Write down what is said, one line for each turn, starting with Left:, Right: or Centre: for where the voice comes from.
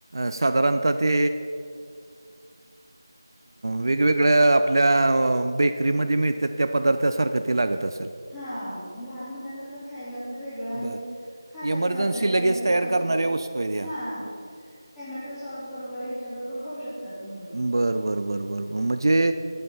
Right: साधारणतः ते वेगवेगळ्या आपल्या बेकरीमध्ये मिळत त्यात पदार्थासारखं ते लागत असल.
Centre: हा लहान मुलांना आपलं खायला आपलं वेगळं आणि.
Right: बरं.
Centre: खातात
Right: इमर्जन्सी
Centre: पण आपल्या टॅमॅटो
Right: लगेच तयार
Centre: सॉस
Right: करणाऱ्या
Centre: पण.
Right: वस्तू आहेत ह्या.
Centre: हा टोमॅटो सॉस बरोबर ह्याच्याबरोबर खाऊ शकतात मुलं.
Right: बरं बरं बरं बरंरं.... म्हणजे